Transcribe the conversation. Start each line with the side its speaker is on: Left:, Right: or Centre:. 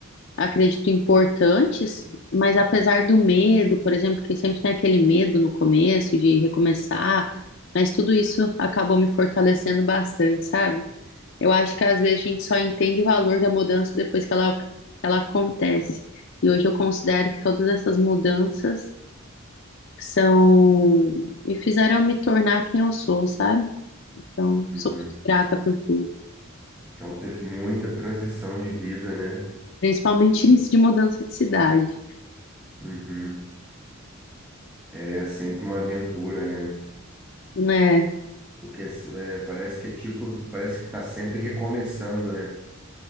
Left: acredito, importantes, mas apesar do medo, por exemplo, que sempre tem aquele medo no começo de recomeçar, mas tudo isso acabou me fortalecendo bastante, sabe? Eu acho que às vezes a gente só entende o valor da mudança depois que ela, ela acontece. E hoje eu considero que todas essas mudanças são me fizeram me tornar quem eu sou, sabe? Então,
Centre: Uhum.
Left: sou muito grata por tudo,
Centre: Então, teve muita transição de vida, né?
Left: principalmente <laughs> nisso de mudança de cidade,
Centre: Uhum. É sempre uma aventura, né?
Left: né?
Centre: Porque é, parece que é tipo, parece que está sempre recomeçando, né?